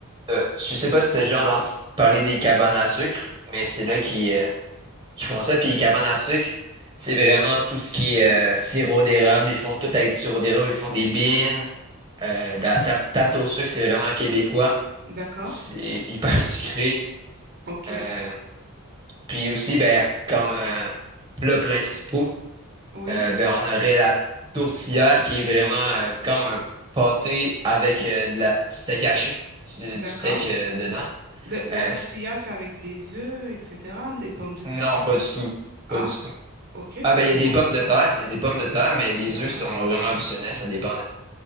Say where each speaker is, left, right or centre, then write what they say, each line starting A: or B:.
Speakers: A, on the right; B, on the right.
A: euh, je sais pas si t'as déjà entendu parler des cabanes à sucre, mais c'est là qui euh, qui font ça. Puis cabane à sucre, c'est vraiment tout ce qui est euh, sirop d'érable. Ils font tout avec du sirop d'érable. Ils font des beans, euh, de la tarte, tarte au sucre, c'est vraiment québécois.
B: D'accord,
A: C'est hyper <laughs> sucré.
B: ok,
A: Euh, puis aussi, ben, comme euh, plats principaux,
B: oui,
A: euh, ben, on aurait la tourtière qui est vraiment euh, comme un pâté avec euh, de la du steak haché, du,
B: d'accord.
A: du steak euh, dedans.
B: Le- la
A: Euh,
B: tortilla,
A: c-
B: c'est avec des œufs, etc., des pommes de terre,
A: non,
B: non?
A: pas du tout. Pas
B: Ah,
A: du tout.
B: ok,
A: Ah
B: c'est
A: ben
B: comment?
A: il y a des pommes de terre, il y a des pommes de terre, mais les
B: D'accord,
A: œufs sont vraiment optionnels, ça dépend